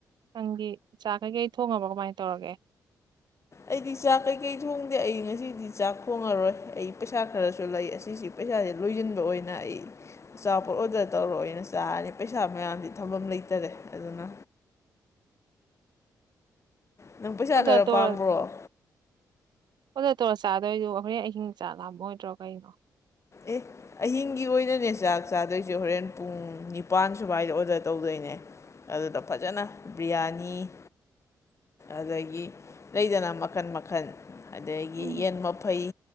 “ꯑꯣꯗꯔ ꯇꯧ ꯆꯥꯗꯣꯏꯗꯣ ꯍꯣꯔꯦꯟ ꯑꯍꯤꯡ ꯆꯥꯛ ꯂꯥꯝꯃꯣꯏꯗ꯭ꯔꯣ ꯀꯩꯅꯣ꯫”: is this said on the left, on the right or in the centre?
Right